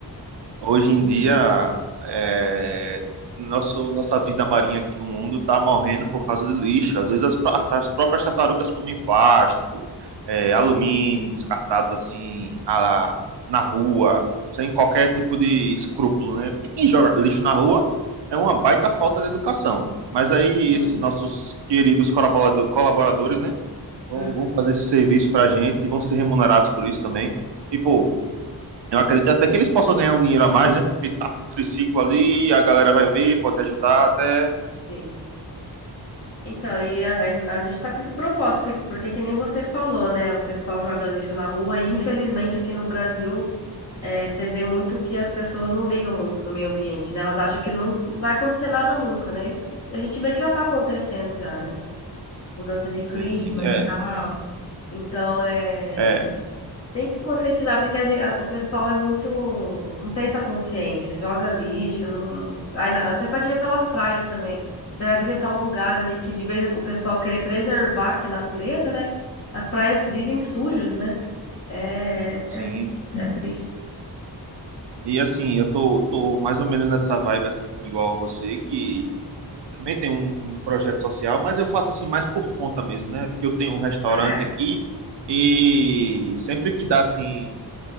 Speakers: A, on the right; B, on the left.
A: Hoje em dia, é, nosso, nossa vida marinha aqui no mundo está morrendo por causa de lixo. Às vezes as, pa- as próprias
B: <laughs>
A: tartarugas comem plástico, é, alumínio, descartados assim a- na rua, sem qualquer tipo de escrúpulo, né? Porque quem joga lixo na rua é uma baita falta de educação. Mas aí
B: Sim.
A: esses nossos queridos colaborado- colaboradores, né, vão,
B: Uhum,
A: vão fazer esse serviço pra gente e vão ser remunerados por isso também. E, pô, eu acredito até que eles possam ganhar um dinheiro a mais, né? Porque tá com o triciclo ali, a galera vai ver, pode ajudar até.
B: sim. Então, e a, a gente tá com esse propósito, porque, porque que nem você falou, né? O pessoal joga lixo na rua e infelizmente aqui no Brasil é, você vê muito que as pessoas não ligam muito pro meio ambiente, né? Elas acham que não vai acontecer nada nunca, né? E a gente vê que já tá acontecendo já, né? Mudança de clima
A: Sim, sim, é,
B: e tal. Então, é
A: é,
B: tem que conscientizar, porque a gen- a- o pessoal é muito. Não tem essa consciência, joga lixo, não. Aí na- você pode ver pelas praias também. Você vai visitar um lugar ali que de vez o pessoal querer preservar, que é natureza, né? As praias vivem sujas, né? É
A: sim.
B: é triste.
A: E assim, eu tô, tô mais ou menos nessa vibe, assim, igual a você, que eu também tenho um, um projeto social, mas eu faço assim mais por conta mesmo, né? Porque eu tenho um restaurante
B: Ah, é?
A: aqui e sempre que dá assim